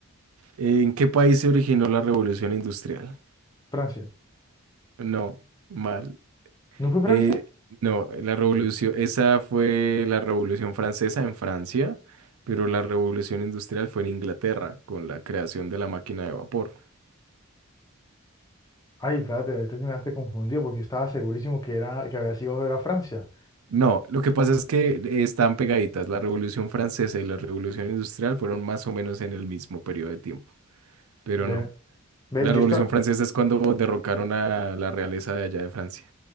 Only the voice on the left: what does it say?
Francia.
¿No fue Francia?
Ay, espérate, ahorita sí me dejaste confundido porque yo estaba segurísimo que, era, que había sido ver a Francia.
Ve,
ve,
yo esta-